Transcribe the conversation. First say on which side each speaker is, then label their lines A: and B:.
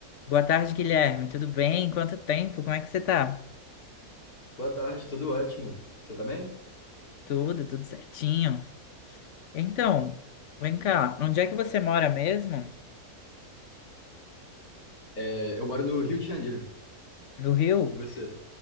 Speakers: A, on the left (about 60°); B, on the left (about 80°).
A: Boa tarde, Guilherme. Tudo bem? Quanto tempo? Como é que você tá?
B: Boa tarde, tudo ótimo. Você tá bem?
A: Tudo, tudo certinho. Então, vem cá, onde é que você mora mesmo?
B: É, eu moro no Rio de Janeiro.
A: No Rio?
B: E você?